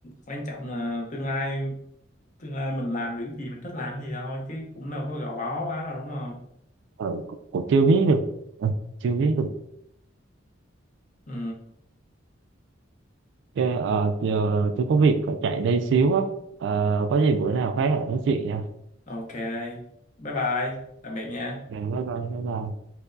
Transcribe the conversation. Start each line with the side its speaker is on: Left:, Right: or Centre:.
Left: quan trọng là tương lai tương lai mình làm được gì mình thích làm gì thôi chứ cũng đâu có gò bó quá đâu đúng không
Right: ờ cũng, cũng chưa biết được Ờ, chưa biết được
Left: ừ
Right: Cái, ờ, giờ tôi có việc phải chạy đây xíu á ờ, có gì bữa nào khác lại nói chuyện nha
Left: ok bye bye tạm biệt nha
Right: bye bye bye bye